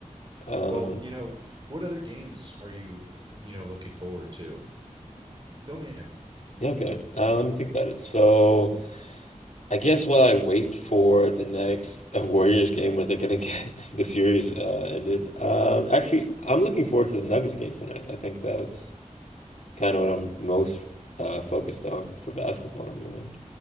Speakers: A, on the left (about 70°); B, on the right (about 40°).
A: Um,
B: Well, you know, what other games are you, you know, looking forward to? Fill me in.
A: yeah, okay. Uh, let me think about it. So, I guess while I wait for the next uh, <laughs> Warriors game where they're gonna get <laughs> the series uh, ended, um, actually, I'm looking forward to the Nuggets game tonight. I think that's kind of what I'm most uh, focused on for basketball, anyway.